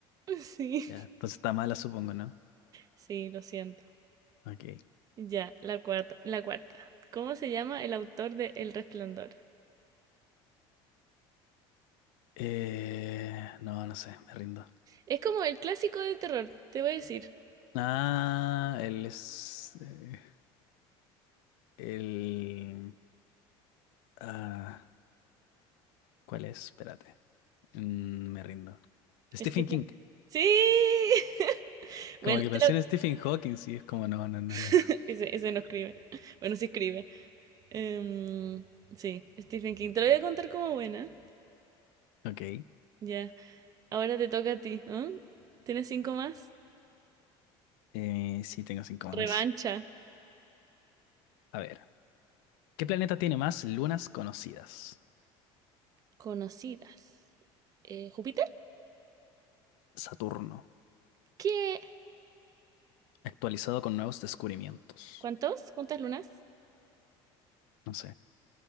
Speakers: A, on the right (about 30°); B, on the left (about 80°).
A: <laughs> Sí,
B: Ya, entonces está mala, supongo, ¿no?
A: sí, lo siento.
B: Ok.
A: Ya, la cuarta, la cuarta. ¿Cómo se llama el autor de El Resplandor?
B: Eh, no, no sé, me rindo.
A: Es como el clásico del terror, te voy a decir.
B: Ah, él es... eh, el... Ah, ¿cuál es? Espérate. Mm, me rindo. Stephen
A: Es que...
B: King.
A: Sí. <laughs> Bueno,
B: Como que pensé
A: te lo-
B: en Stephen Hawking, sí, es como no, no, no, no.
A: <laughs> ese, ese no escribe. Bueno, sí escribe. Em, sí, Stephen King. Te lo voy a contar como buena.
B: Ok.
A: Ya. Ahora te toca a ti, ¿eh? ¿Tienes cinco más?
B: Eh, sí, tengo cinco más.
A: Revancha.
B: A ver. ¿Qué planeta tiene más lunas conocidas?
A: Conocidas. Eh, ¿Júpiter?
B: Saturno.
A: ¿Qué?
B: Actualizado con nuevos descubrimientos.
A: ¿Cuántos? ¿Cuántas lunas?
B: No sé.